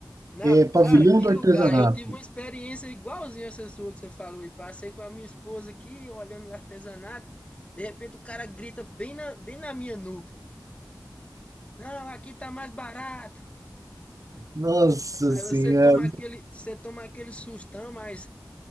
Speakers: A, on the left; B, on the right.
A: Na,
B: É, Pavilhão
A: cara, que
B: do
A: lugar!
B: Artesanato.
A: Eu tive uma experiência igualzinha essa sua que você falou e passei com a minha esposa aqui olhando o artesanato. De repente o cara grita bem na, bem na minha nuca. Não, aqui tá mais barato.
B: Nossa
A: Aí
B: senhora.
A: você toma aquele, você toma aquele sustão, mas